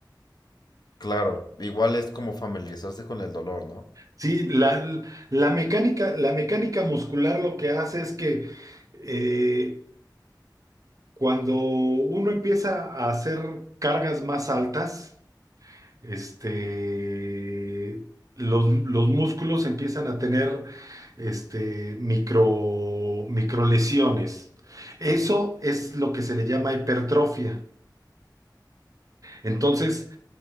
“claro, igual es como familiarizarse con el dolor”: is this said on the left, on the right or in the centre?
Left